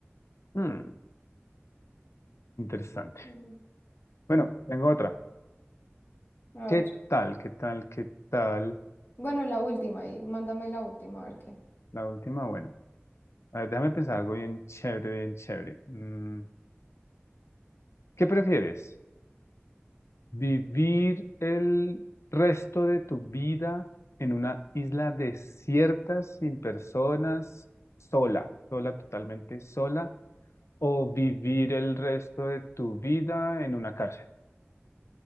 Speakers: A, on the left; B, on the left.
A: Hmm, interesante.
B: Mm,
A: Bueno, tengo otra.
B: A
A: ¿Qué
B: ver,
A: tal? ¿Qué tal? ¿Qué tal?
B: bueno, la última y mándame la última, a ver qué.
A: La última, bueno. A ver, déjame pensar algo bien chévere, bien chévere. Mm, ¿qué prefieres? ¿Vivir el resto de tu vida en una isla desierta, sin personas, sola, sola, totalmente sola? ¿O vivir el resto de tu vida en una cárcel?